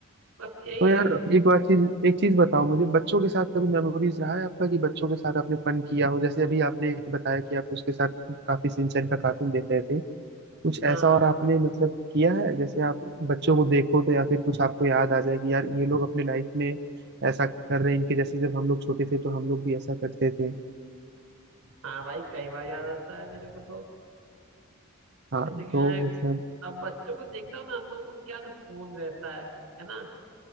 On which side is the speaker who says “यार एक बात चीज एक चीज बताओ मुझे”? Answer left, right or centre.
Right